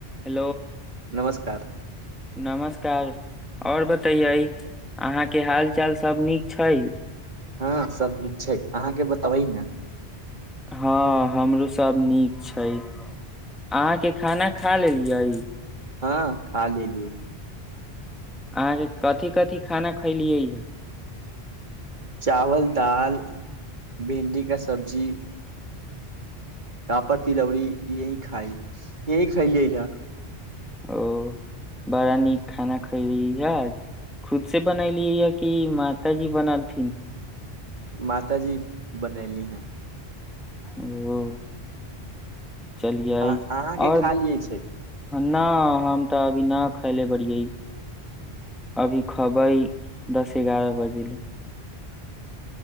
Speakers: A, in the centre; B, on the right.
A: hello
B: नमस्कार
A: नमस्कार आओर बता े य अहााँ के हाल चाल सब नीक छै
B: हँ सब छै अहाँके बताबह ने
A: हँ हमरो सब नीक छै अहाँके खाना खा लेलियै
B: हँ खा लेल लिय
A: अहाँके कथिी कथिी खाना खैलियै यए
B: चावल दाल भिंडी का सब्जी पापड़ तिलौरीी यही खाइ यही खइ लिय इहा
A: ओ बड़ा नीक खाना खैली आज खुद से बनैली या कि माताजी बनलथिन
B: मात जी बनैेली है
A: ओ चलियै
B: अ अहाँके
A: आओर
B: खा लिये छै
A: न हम तऽ अभी नहि खायले बड़ै अभी खबै दस एगारह बजेले